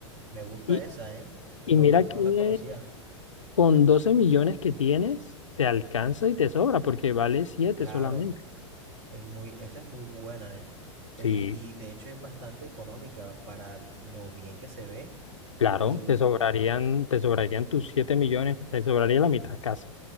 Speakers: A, on the right (about 45°); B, on the left (about 75°).
A: Me gusta
B: Y,
A: esa, ¿eh? No,
B: y mira
A: no
B: que
A: la conocía.
B: con 12 millones que tienes, te alcanza y te sobra, porque vale siete
A: Claro,
B: solamente.
A: es muy, esa es muy buena, ¿eh? E-
B: Sí,
A: Y, y de hecho es bastante económica para lo bien que se ve
B: claro,
A: y
B: te sobrarían, te sobrarían tus 7 millones, te sobraría la mitad casi.